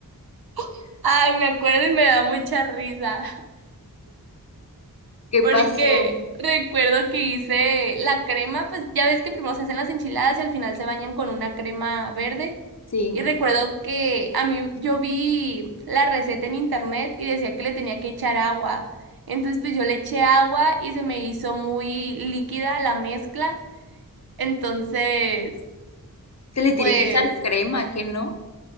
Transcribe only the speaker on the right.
<laughs> Ay, me acuerdo y me da mucha risa
porque
recuerdo que hice la crema, pues ya ves que primero se hacen las enchiladas y al final se bañan con una crema verde.
Y recuerdo que a mí yo vi la receta en internet y decía que le tenía que echar agua. Entonces pues yo le eché agua y se me hizo muy líquida la mezcla. Entonces
pues